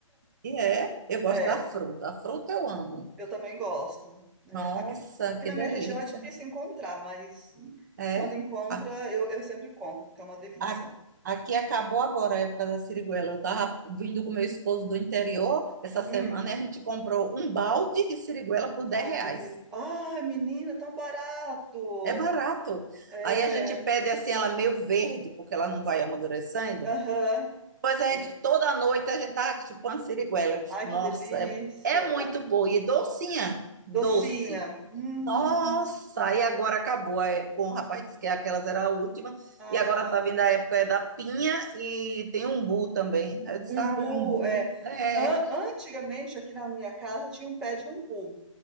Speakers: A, on the right; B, in the centre.
A: E é, eu gosto
B: É,
A: da fruta. A fruta eu amo.
B: eu também gosto. né?
A: Nossa,
B: Aqui, aqui
A: que
B: na
A: delícia.
B: minha região é difícil encontrar, mas
A: É.
B: quando encontra,
A: A-
B: eu, eu sempre compro, porque é uma delícia.
A: a- aqui acabou agora a época da siriguela. Eu tava vindo com meu esposo do interior essa semana
B: Hum,
A: e a gente comprou um balde de siriguela por 10
B: ai,
A: reais.
B: que delícia. Ai, menina, é tão barato.
A: É barato.
B: É.
A: Aí a gente pede assim, ela meio verde, porque ela não vai amadurecendo.
B: Aham,
A: Pois a
B: é.
A: gente, toda noite, a gente tá chupando siriguela. Eu disse,
B: Ai,
A: Nossa,
B: que delícia.
A: é, é muito boa e docinha. Doce.
B: Docinha. Hum,
A: Nossa, e agora acabou. É, bom, o rapaz disse que aquelas era a última.
B: ah,
A: E agora tá vindo a época é da pinha e tem umbu também. Aí eu disse,
B: umbu,
A: ah, é umbu.
B: é.
A: É.
B: An- antigamente, aqui na minha casa, tinha um pé de umbu,